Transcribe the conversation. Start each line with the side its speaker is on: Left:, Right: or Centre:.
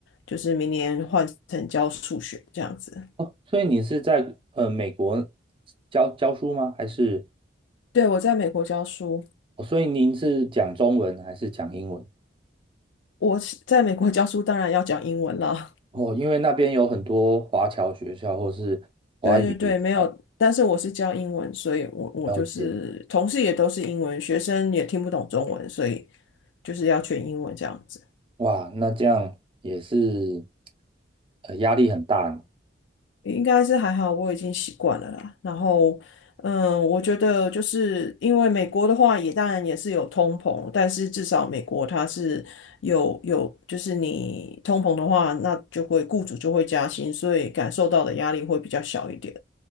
Left: 就是明年换成教数学这样子。
Right: 哦，所以你是在呃美国教教书吗？还是
Left: 对，我在美国教书。
Right: 哦，所以您是讲中文还是讲英文？
Left: 我是在美国教书，当然要讲英文啦。
Right: 哦，因为那边有很多华侨学校或是华语学校，
Left: <laughs> 对对对，没有，但是我是教英文，所以我我就是同事也都是英文，
Right: 了解。
Left: 学生也听不懂中文，所以就是要全英文这样子。
Right: 哇，那这样也是呃压力很大呢。
Left: 应该是还好，我已经习惯了啦。然后，嗯，我觉得就是因为美国的话，也当然也是有通膨，但是至少美国它是有有，就是你通膨的话，那就会雇主就会加薪，所以感受到的压力会比较小一点。